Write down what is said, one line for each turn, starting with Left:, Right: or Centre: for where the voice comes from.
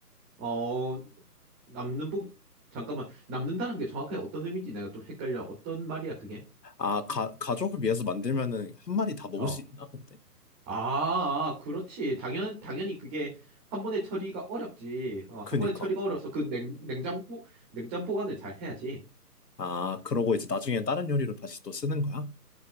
Right: 어, 어, 남는 부 잠깐만 남는다는 게 정확하게 어떤 의미인지 내가 좀 헷갈려. 어떤 말이야 그게?
Left: 아, 가, 가족을 위해서 만들면은 한 마리 다 먹을
Right: 어.
Left: 수 있나? 근데?
Right: 아, 아, 그렇지. 당연, 당연히 그게 한 번에 처리가 어렵지. 어, 한
Left: 그니까.
Right: 번에 처리가 어려서 그 냉, 냉장고, 냉장 보관을 잘 해야지.
Left: 아, 그러고 이제 나중엔 다른 요리로 다시 또 쓰는 거야?